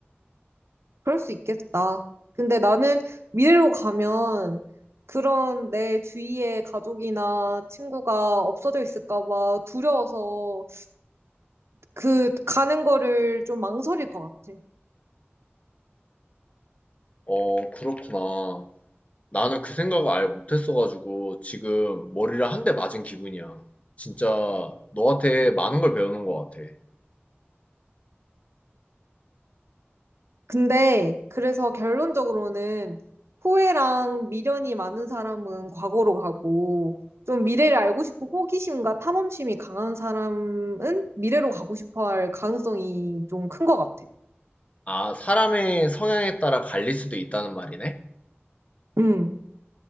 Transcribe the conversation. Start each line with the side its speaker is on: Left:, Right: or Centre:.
Right: 그럴 수 있겠다. 근데 나는 미래로 가면 그런 내 주위에 가족이나 친구가 없어져 있을까 봐 두려워서 그 가는 거를 좀 망설일 것 같아.
Left: 어, 그렇구나. 나는 그 생각을 아예 못했어가지고 지금 머리를 한 대 맞은 기분이야. 진짜 너한테 많은 걸 배우는 것 같아.
Right: 근데 그래서 결론적으로는 후회랑 미련이 많은 사람은 과거로 가고 좀 미래를 알고 싶은 호기심과 탐험심이 강한 사람은 미래로 가고 싶어 할 가능성이 좀 큰 것 같아.
Left: 아, 사람의 성향에 따라 갈릴 수도 있다는 말이네?
Right: 음,